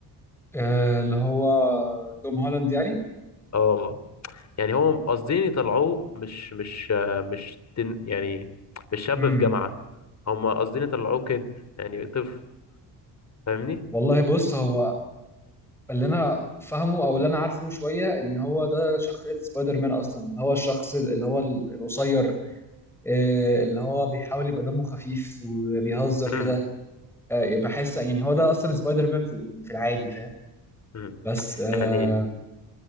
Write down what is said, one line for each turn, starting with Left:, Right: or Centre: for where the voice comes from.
Centre: آه اللي هو توم هولاند يعني
Left: اه يعني هو قاصدين يطلعوه مش مش آه، مش تن... يعني مش شاب
Centre: امم
Left: في جامعة هم قاصدين يطلعوه كده يعني طفل فاهمني
Centre: والله بص هو اللي انا فاهمه او اللي انا عارفه شويه ان هو ده شخصيه سبايدر مان اصلا اللي هو الشخص اللي هو ال- القصير آه، اللي هو بيحاول يبقى دمه خفيف وبيهزر كده
Left: امم
Centre: آه، بحس يعني هو ده اصلا سبايدر مان في ال- يعني في العادي فاهم
Left: امم
Centre: بس اه
Left: يعني